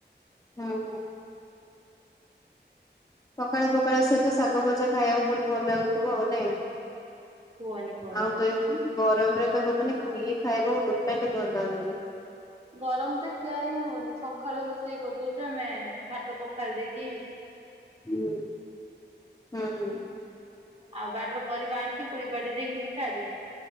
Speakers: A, on the left (about 20°); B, on the right (about 35°).
A: ହୁଁ ହୁଁ। ପକାଳା ପକାଳ ସହିତ ଶାଗ ଭଜା ଖାଇବାକୁ ବୋହୁତ ଭଲ ଲାଗୁଥୁବ ଆଉ, ନାଇଁ?
B: କୁହନି କୁହନି।
A: ଆଉ ତ ଏଇ ଗରମରେ ତ ବ ମାନେ ଖୁଇ ଖାଇଆକୁ ଟୋଟାଲି ଭଲ୍ ଲାଗୁନି।
B: ଗରମ ତ ଖିଆ ହିଁ ହଉନି ସଖାଳୁ ରୋଷେଇ କରିଦୋଉଚୁ ଆମେ ଭାତ ପଖାଳି ଦେଇକି
A: ଉଁ ହୁଁ ହୁଁ।
B: ଆଉ ବାଡ଼ର ପରିବା ଆଣୁଚୁ ପୁଣି ବାଡ଼ି ଦେଇକି ବି ଖାଇଦଉଛୁ